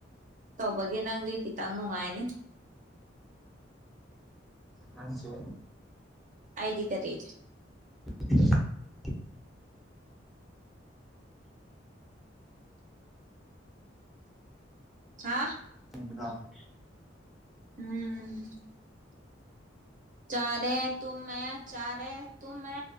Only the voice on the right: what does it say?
ꯇꯧꯕꯒꯤ ꯅꯪꯗꯤ ꯈꯤꯇꯪ ꯅꯨꯡꯉꯥꯏꯅꯤ
ꯑꯗꯤ ꯀꯔꯤ
ꯍꯥꯥ
ꯎꯝ ꯆꯔꯦ ꯇꯃꯦꯃꯦ ꯆꯔꯦ ꯇꯨꯃꯦ